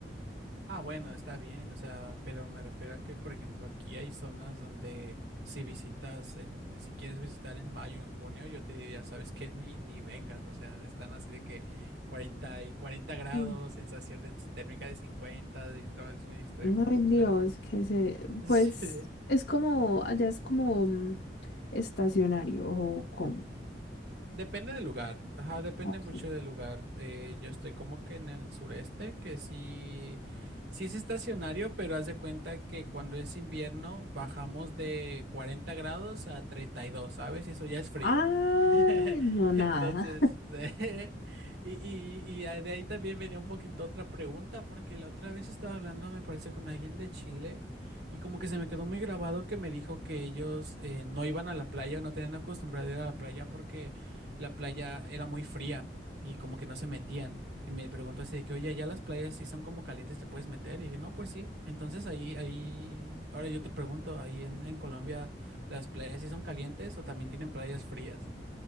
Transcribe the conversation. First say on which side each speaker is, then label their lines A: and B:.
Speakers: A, on the right (about 65°); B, on the left (about 75°).
A: Ah, bueno, está bien, o sea, pero me refiero a que, por ejemplo, aquí hay zonas donde si visitas en, eh, si quieres visitar en mayo, en junio, yo te diría, sabes que ni, ni vengas, o sea, están así de que cuarenta y cuarenta grados,
B: Mm.
A: sensación de térmica de 50, y trabajos muy extremos,
B: Ay, Dios,
A: pero pues,
B: que se,
A: <laughs> sí.
B: pues es como, allá es como mm, estacionario o como.
A: Depende del lugar, ajá, depende
B: Ok.
A: mucho del lugar. Eh, yo estoy como que en el sureste, que sí, sí es estacionario, pero haz de cuenta que cuando es invierno bajamos de 40 grados a 32, ¿sabes? Y eso ya es frío.
B: Ah,
A: <laughs>
B: no, nada.
A: Entonces, <laughs> y, y, y a- de ahí también venía un poquito otra pregunta, porque la otra vez estaba hablando, me parece, con alguien de Chile, y como que se me quedó muy grabado que me dijo que ellos eh, no iban a la playa o no tenían acostumbrado a ir a la playa porque la playa era muy fría y como que no se metían. Y me preguntó así de que, oye, ya las playas si son como calientes, ¿te puedes meter? Y dije, no, pues sí. Entonces ahí, ahí, ahora yo te pregunto, ahí en, en Colombia, ¿las playas si son calientes o también tienen playas frías?